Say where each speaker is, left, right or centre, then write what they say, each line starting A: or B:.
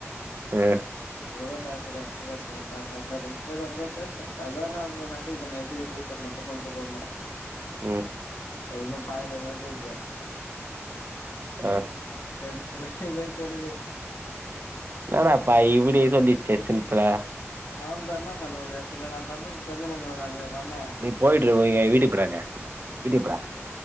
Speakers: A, on the right (about 45°); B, on the left (about 85°).
A: எ
B: இவளோதான் பேசற எங்க பேச வேண்டிதா பேச பேசாத அப்றம் பேசுற அதான் நா மசேஜ் பண்ணன் த்ரீ பீஸ் சார் மட்டும் சொல்ட்டு போனேன்
A: ம்
B: அது ஒன்னும் பாக்கல மெசேஜ்ஜ
A: ஆ
B: டென்சன் ஆகி ஏன்ச்சி வந்தனே
A: என்னாடப்பா இப்டி சொல்லிச்சி சிம்பிளா
B: அவன்தா என்ன பண்ண முடியு பின்ன நான் பண்ணது கொஞ்ச நெஞ்சமாவாடா நா பண்ணேன்
A: போய்ட்டுருக்கோ ஏ வீட்டுக்கு போரா என்ன நீ வீட்டுப்புரா